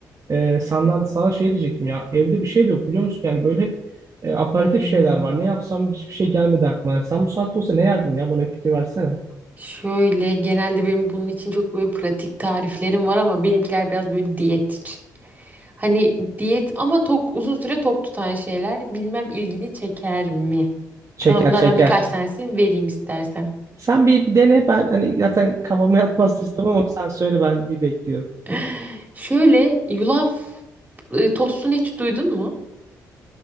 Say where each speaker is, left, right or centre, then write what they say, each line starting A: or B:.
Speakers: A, on the right (about 40°); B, on the right (about 20°).
A: e, senden sana şey diyecektim ya evde bir şey de yok biliyor musun yani böyle hep e, aparatif
B: Hmm,
A: şeyler var ne yapsam hiçbir şey gelmedi aklıma sen bu saatte olsa ne yerdin ya bana bir fikir versene.
B: Şöyle genelde benim bunun için çok böyle pratik tariflerim var ama benimkiler biraz böyle diyet için. Hani diyet ama tok uzun süre tok tutan şeyler bilmem ilgini çeker mi?
A: Çeker
B: Sana bunlardan
A: çeker.
B: birkaç tanesini vereyim istersen.
A: Sen bir, bir dene ben hani zaten kafama yatmaz istemem ama sen söyle ben bir bekliyorum.
B: <laughs> Şöyle yulaf e, tostunu hiç duydun mu?